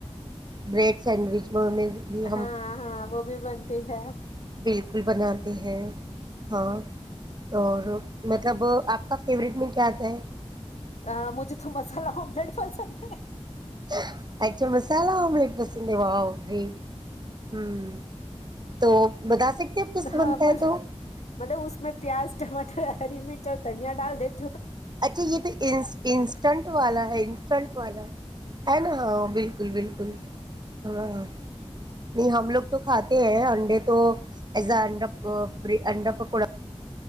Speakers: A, on the right (about 40°); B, on the left (about 85°).
A: بریڈ سینڈوچ میں بھی ہم
B: ہاں ہاں وہ بھی بن ت ہے
A: بالکل بناتے ہیں ہاں اور مطلب آپ کا فیوریٹ میں کیا آتا ہے
B: ہ مجھے تو مسالہ آملیٹ پسند ہے
A: اسہی ہے اچھا مسالہ آملٹ پسند وا جی ہوں تو بتا سکتے اپ
B: ہے
A: کس
B: ہاں
A: بنتا ہے تو
B: مطلب اس میں پیاز ٹماٹر ہری مرچ اور دھنیا ڈال دیتے
A: اچھا یہ تو انسٹنٹ والا ہے انسٹنٹ والا ہے نا ہاں بالکل بالکل ہاں نہیں ہم لوگ تو کھاتے ہیں انڈے تو ایزڈر بری اڈپ کوا